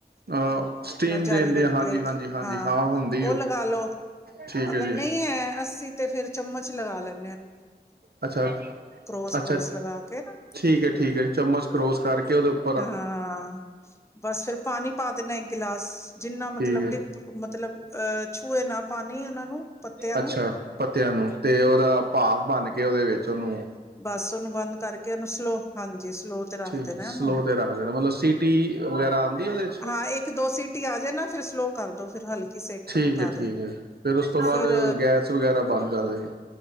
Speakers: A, on the right; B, on the left.
A: ਅਹ ਸਟੀਮ ਦੇਣਦੇ
B: ਜਾਲੀ ਵਾਲੀ
A: ਆ ਹਾਂਜੀ।
B: ਪਲੇਟ
A: ਹਾਂਜੀ ਹਾਂਜੀ
B: ਹਾਂ
A: ਹੁੰਦੀ
B: ਉਹ ਲਗਾ ਲੋ
A: ਠੀਕ
B: ਅਗਰ
A: ਹੈ ਜੀ
B: ਨਹੀਂ ਹੈ। ਅੱਸੀ ਤੇ ਫੇਰ ਚਮਚ ਲਗਾ ਲੈਦ
A: ਅੱਛਾ-ਅੱਛਾ।
B: ਕਰੋਸ ਕਰੋਸ ਲਗਾ ਕੇ ਨਾ
A: ਠੀਕ ਹੈ, ਠੀਕ ਹੈ ਚਮਚ ਕਰੋਸ ਕਰਕੇ ਉਹਦੇ ੳ
B: ਹ-ਹਾਂ ਬਸ ਫੇਰ ਪਾਣੀ ਪਾ ਦਿੰਦੇ ਇੱਕ ਗਿਲਾਸ। <inaudible> ਜਿੰਨਾ ਮਤਲਬ
A: ਠੀਕ ਹੈ
B: ਡਿਪ ਮਤਲਬ ਅਹ ਹੋਏ ਨਾ ਪਾਣੀ ਉਹਨਾਂ ਨੂੰ ਪੱਤਿਆਂ ਨੂੰ
A: ਅੱਛਾ ਪੱਤਿਆਂ ਨੂੰ ਤੇ ਉਹਦਾ ਭਾਵ ਬਣ ਕੇ ਉਹਦੇ ਵਿੱਚ ਚਲੋ।
B: ਬੱਸ ਉਹਨੂੰ ਬੰਦ ਕਰਕੇ ਉਹਨੂੰ ਸਲੋ ਹਾਂਜੀ ਸ ਸਲੋ ਤੇ ਰੱਖਦੇ
A: ਠੀਕ
B: ਨਾ
A: ਸਲੋਅ
B: ਇਹਨੂੰ
A: ਤੇ ਰੱਖ ਦੇਣਾ ਮਤਲਬ ਸੀਟੀ ਵਗੈਰਾ ਆਉਂਦੀ ਉਹਦੇ ਚ
B: ਹਾਂ ਇੱਕ ਦੋ ਸੀਟੀ ਆ ਜੇ ਨਾ ਫਿਰ ਸਲੋਅ ਕਰ ਦੋ, ਫਿਰ ਹਲਕੀ ਸੇਕ
A: ਠੀਕ
B: ਤੇ ਪਕਾ
A: ਹੈ ਠੀਕ
B: ਦੋ
A: ਹੈ ਫਿਰ ਉਸ ਤੋਂ ਬਾਅਦ
B: ਫਿਰ
A: ਗੈਸ ਵਗੈਰਾ ਬੰਦ ਕਰ ਦੇਣੀ